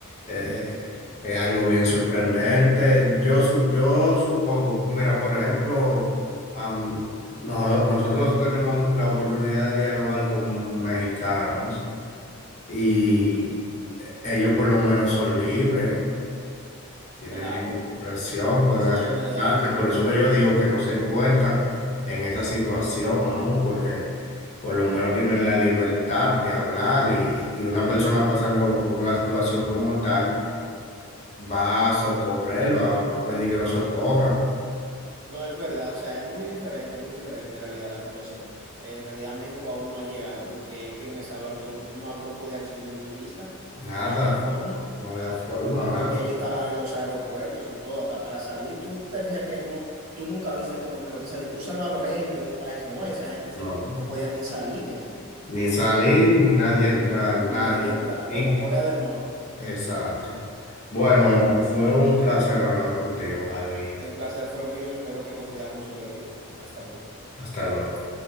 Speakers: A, on the left; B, on the right.
A: eh, eh, es algo bien sorprendente. Yo, su- yo supongo, mira, por ejemplo, am, no- nosotros tenemos la oportunidad de dialogar con mexicanos y ellos por lo menos son libres. Tienen
B: Claro,
A: libre expresión, pueden
B: sí
A: expresarse,
B: es verdad.
A: por eso que yo digo que no se encuentran en esa situación aún, porque por lo menos tienen la libertad de hablar y, y una persona pasando una situación como tal va a socorrer, va, va a pedir que lo socorran.
B: No es verdad, o sea, es muy diferente, muy diferente en realidad la situación. Eh, En realidad México aún no ha llegado porque es que en El Salvador tú no, po- no, no podías recibir ni un turista,
A: Nada,
B: no había forma.
A: no había forma, nada,
B: porque ellos estaban en los aeropuertos y todo, hasta para salir. Tú te fijas que no, tú nunca viste como una noticia de que un salvadoreño en un país, no, esa gente se-
A: no.
B: no podían ni salir de ahí,
A: Ni salir, ni nadie entrar,
B: ni
A: nadie.
B: nadie entraba,
A: In-
B: como Corea del Norte.
A: Exacto. Bueno, fue un placer hablar contigo, Javi.
B: El placer fue mío, espero que coincidamos otro día. Hasta luego.
A: Hasta luego.